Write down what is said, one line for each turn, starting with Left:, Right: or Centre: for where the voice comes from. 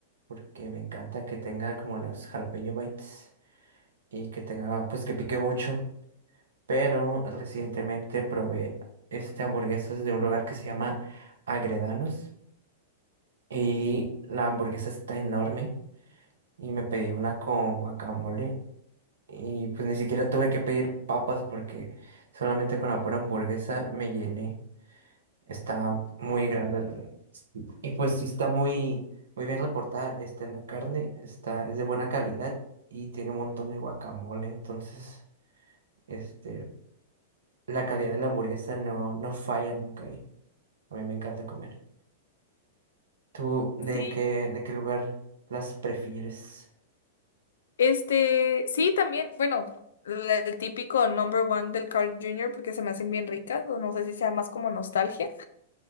Right: porque me encanta que tenga como las jalapeño bites y que tenga, pues que pique mucho. pero recientemente probé este hamburguesas de un lugar que se llama Agredanos y la hamburguesa está enorme y me pedí una con guacamole y pues ni siquiera tuve que pedir papas porque solamente con la pura hamburguesa me llené. Está muy grande. la Y pues sí está muy, muy bien reportada. Está en la carne, está, es de buena calidad y tiene un montón de guacamole. Entonces, este, la calidad de la hamburguesa no, no falla nunca ahí. A mí me encanta comer. ¿Tú de
Left: Sí,
Right: qué, de qué lugar las prefieres?
Left: Este, sí, también, bueno, la- el típico number one del Carl Jr. porque se me hacen bien ricas, o no sé si sea más como nostalgia,